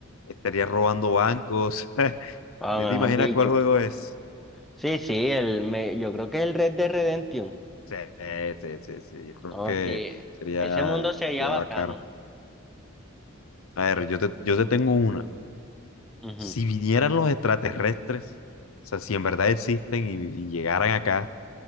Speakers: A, on the left (about 80°); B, in the centre.
A: estaría robando bancos. <laughs>
B: Ah,
A: ¿Sí
B: mejor
A: te imaginas
B: dicho.
A: cuál juego es?
B: Sí, sí, el, me- yo creo que el Red de Redemption.
A: Sí, sí, sí, sí, yo creo
B: Oh,
A: que
B: sí,
A: sería,
B: ese mundo se halla
A: sería
B: bacano.
A: bacano. A ver, yo te, yo te tengo una.
B: Ujú.
A: Si vinieran los extraterrestres, o sea, si en verdad existen y y llegaran acá,